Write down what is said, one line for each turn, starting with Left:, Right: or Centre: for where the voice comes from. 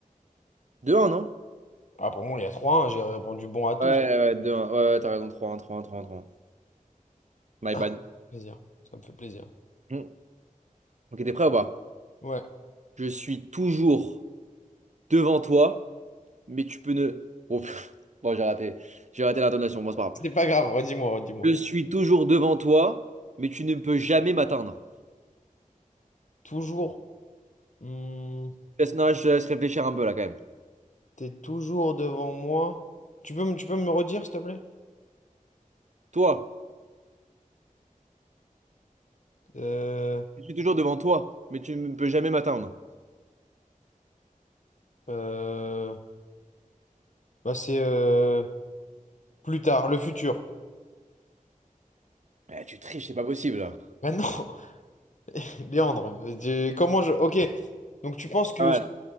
Right: Deux 1 non?
Left: Ah, pour moi, il y a trois un J'ai répondu bon à tous.
Right: Ouais, ouais, deux, 1 ouais, ouais, t'as raison, trois, un, trois, un, trois, un, trois. 1 My
Left: Ah,
Right: bad.
Left: plaisir. Ça me fait plaisir.
Right: Hmm. Ok, t'es prêt ou pas?
Left: Ouais.
Right: Je suis toujours devant toi, mais tu peux ne... <laughs> Bon, pff, bon, j'ai raté, j'ai raté l'intonation, bon, c'est pas grave.
Left: C'est pas grave, redis-moi, redis-moi.
Right: Je suis toujours devant toi, mais tu ne peux jamais m'atteindre.
Left: Toujours. hmm,
Right: Laisse, non, je te laisse réfléchir un peu là quand même.
Left: t'es toujours devant moi. Tu peux, me- tu peux me redire, s'il te plaît?
Right: Toi,
Left: Euh,
Right: je suis toujours devant toi, mais tu ne peux jamais m'atteindre.
Left: euh, bah c'est euh, plus tard, le futur.
Right: Eh, tu triches, c'est pas possible.
Left: Maintenant, <laughs> Léandre, j'ai- comment je. Ok. Donc tu penses que.
Right: Pas mal,